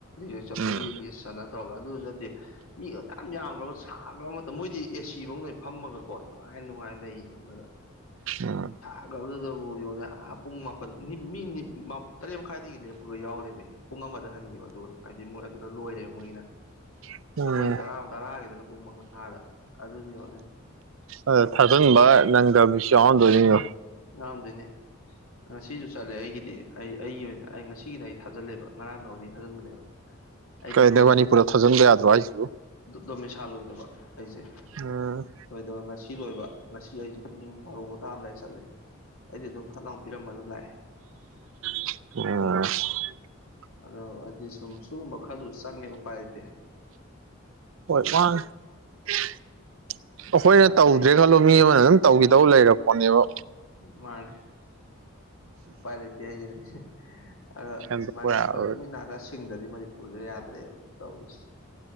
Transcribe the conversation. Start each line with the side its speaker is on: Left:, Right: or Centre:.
Left: ꯖꯤꯦꯛ ꯆꯠꯄꯒꯤ
Right: ꯎꯝ
Left: ꯂꯤꯁ ꯆ ꯇꯧꯔꯒ ꯑꯗꯨꯗꯨ ꯅꯠꯇꯦ ꯃꯤ ꯈꯛꯇ ꯌꯥꯝ ꯌꯥꯝꯈ꯭ꯔꯕ ꯁꯥꯈ꯭ꯔꯕ ꯃꯇꯝ ꯃꯣꯏꯗꯤ ꯑꯦ ꯁꯤ ꯐꯗ ꯐꯝꯃꯒꯀꯣꯅꯃꯥꯏ ꯑ ꯅꯨꯡꯉꯥꯏ ꯂꯩꯕꯗ
Right: ꯑꯥ
Left: ꯑꯗꯨꯗꯕꯨ ꯌꯣꯅꯦ ꯄꯨꯡ ꯃꯥꯄꯜ ꯃꯤ ꯇꯔꯦꯠ ꯃꯈꯥꯏꯗꯒꯤ ꯂꯦꯞꯄꯒ ꯌꯥꯎꯔꯃꯤ ꯄꯨꯡ ꯑꯃꯗ ꯍꯟꯈꯤꯕ ꯑꯗꯨꯒ ꯍꯥꯏꯗꯤ ꯃꯣꯏ ꯑꯗꯨꯗ ꯂꯣꯏꯔꯦ ꯃꯣꯏꯒꯤꯅ
Right: ꯎꯝ
Left: ꯑꯩꯈꯣꯏ ꯇꯔꯥ ꯇꯔꯥꯒꯤꯗꯅ ꯄꯨꯡ ꯃꯉꯥꯗ ꯑꯗꯨꯅ ꯌꯣꯟꯅꯤ
Right: ꯑ ꯊꯥꯖꯟꯕ ꯅꯪꯗꯕꯤꯁꯨ ꯌꯥꯎꯟꯗꯣꯏꯅꯤꯣ
Left: ꯉꯥꯝꯗꯣꯏꯅꯦ ꯉꯁꯤꯁꯨ ꯆꯠꯂꯦ ꯑꯩꯒꯤꯗꯤ ꯑꯩ ꯑꯩꯒꯤ ꯑꯣꯏꯅ ꯑꯩ ꯉꯁꯤꯒꯤꯅꯦ ꯑꯩ ꯊꯥꯖꯤꯜꯂꯦꯕ ꯉꯔꯥꯡ ꯅꯂꯤ ꯊꯥꯖꯤꯟꯕꯅꯦꯕ ꯑꯩꯗꯤꯗꯣꯃꯦ
Right: ꯀꯩꯅꯣ ꯏꯕꯥꯅꯤ
Left: ꯁꯂꯣ
Right: ꯄꯨꯂꯞ ꯊꯥꯖꯤꯟꯕ ꯌꯥꯗ꯭ꯔꯣ ꯍꯥꯏꯁꯤꯕꯨ
Left: ꯗꯣꯃꯦ ꯏꯁꯥ ꯂꯣꯏꯗꯕ ꯑꯩꯁꯦ
Right: ꯎꯝ
Left: ꯂꯣꯏꯗꯕ ꯉꯁꯤ ꯁꯤ ꯂꯣꯏꯕ ꯉꯁꯤ ꯑꯩꯁꯨ ꯄꯨꯡ ꯕꯥꯔꯣ ꯇꯥꯔꯝꯗꯥꯏꯗ ꯑꯩ ꯆꯠꯂꯦ ꯑꯩꯗꯤ ꯁꯨꯝ ꯐꯠ ꯂꯥꯎ ꯄꯤꯔꯃ ꯑꯗꯨꯝ ꯂꯥꯛꯑꯦ
Right: ꯑꯣ
Left: ꯑꯗꯣ ꯑꯗꯣ ꯍꯥꯏꯗꯤ ꯁꯨꯝ ꯁꯤꯒꯨꯝꯕ ꯈꯔꯁꯨ ꯆꯪꯉꯦ ꯎꯄꯥꯏꯗꯤ
Right: ꯍꯣꯏ ꯄ ꯑꯩꯈꯣꯏꯅ
Left: ꯈꯔ
Right: ꯇꯧꯗ꯭ꯔꯦ
Left: ꯍꯩ
Right: ꯈꯜꯂꯣ ꯃꯤ ꯑꯃꯅ ꯑꯗꯨꯝ ꯇꯧꯈꯤꯗꯧ ꯂꯩꯔꯕꯄꯣꯠꯅꯦꯕ
Left: ꯃꯥꯅꯦ ꯎꯄꯥꯥꯏ ꯂꯩ ꯏꯇ ꯍꯥꯏꯒꯤꯅꯤ ꯑꯗ
Right: ꯁꯦꯝꯗꯣꯛꯄ
Left: ꯁꯨꯃꯥꯏꯅ
Right: ꯌꯥꯔꯣꯏ
Left: ꯈ ꯃꯤꯠ ꯅꯥ ꯈꯥ ꯁꯤꯡꯗꯗꯤ ꯃꯅꯤꯄꯨꯔꯁꯦ ꯌꯥꯗꯦ ꯑꯔꯦ ꯇꯧꯁ